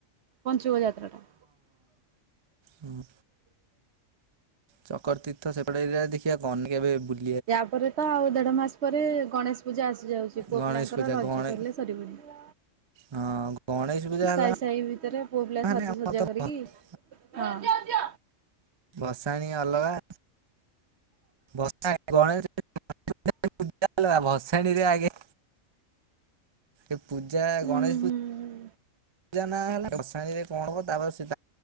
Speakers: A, on the right; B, on the right.
A: ପଞ୍ଚୁକ ଯାତ୍ରା ଟା।
B: ହୁଁ‌‌। ଚକର ତୀର୍ଥ ସେପଟେ ଏଇ ଦେଖିବା କଣ କେବେ ବୁ
A: ୟାପରେ ତ ଆଉ ଦେଢ ମାସ ପରେ ଗଣେଶ ପୂ ପୂଜା ଆସିଯାଉଛି ପୁଅ
B: ଗଣେଶ
A: ପିଲାଙ୍କର
B: ପୂଜା
A: ରଜ
B: ଗଣେ
A: କରିଲେ ସରିବନି।
B: ହଁ ଗଣେଶ ପୂଜା ହେଲାେ
A: ସାହି ସାହି ଭିତରେ ପୁଅ ପିଲା ସାଜସଜା
B: ଆମ ତ
A: କରିକି
B: ରଜ।
A: ହଁ
B: ଭସାଣିୀ ଅଲଗା ଭସାଣ ଗଣେଶ ପୂା ହେ ଭସାଣିୀରେ ଆଗେ ଏ ପୂଜା
A: ହୁଁ
B: ଗଣେଶ
A: ହୁଁ।
B: ପୂଜା ପୂଜା ନାଁ ହେଲା ବସାଣି ରେ କଣ କବ ତାପରେ ସ